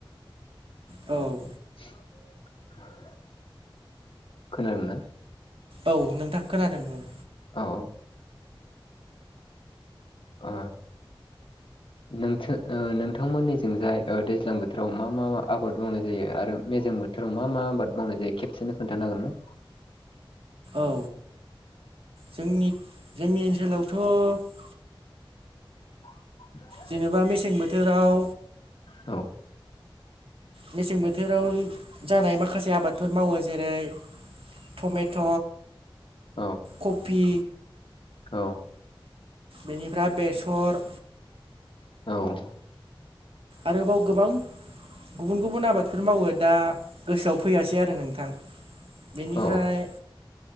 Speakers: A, on the right (about 80°); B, on the left (about 70°).
A: औ
B: <inaudible> खोनादों ना
A: औ नोंथां खोनादों औ
B: औ-औ औ नोंस नोंथांमोननिजोंजाय दैज्लां बोथोराव मा मा मा आबाद मावनाय जायो आरो मेजें बोथ फोथाराव मा मा आबाद मावनाय जायो खेबसेनो खोन्थानो हागोन ना
A: औ जोंनि जोंनि ओनसोलावथ'
B: <inaudible>
A: जेनेबा मेसें बोथोराव
B: औ
A: मेसें बोथोराव जानाय माखासे आबादफोर मावो जेरै टमेट'
B: औ
A: कफि
B: औ
A: बेनिफ्राय बेसर
B: औ
A: आरोबाव गोबां गुबुन गुबुन आबादफोर मावो दा गोसोआव फैयासै आरो नोंथां बेनिफ्राय
B: औ